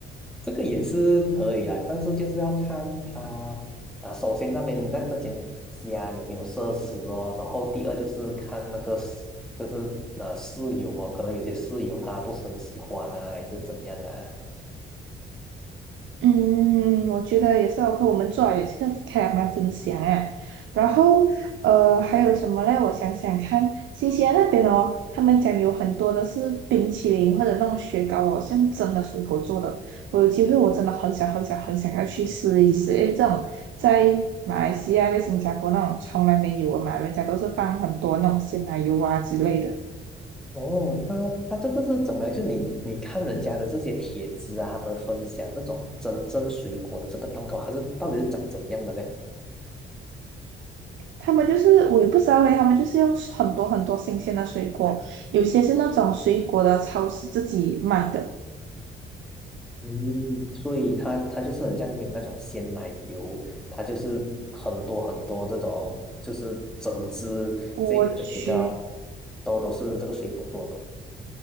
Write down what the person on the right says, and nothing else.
嗯，我觉得也是，和我们做好也是个开他分享啊。然后，呃，还有什么嘞？我想想看，新西兰那边哦，他们讲有很多的是冰淇淋或者那种雪糕哦，像真的水果做的。我有机会，我真的很想很想很想要去试一试，因为这种在马来西亚、在新加坡那种从来没有的嘛，人家都是放很多那种鲜奶油啊之类的。
他们就是我也不知道诶，他们就是用很多很多新鲜的水果，有些是那种水果的超市自己卖的。
我觉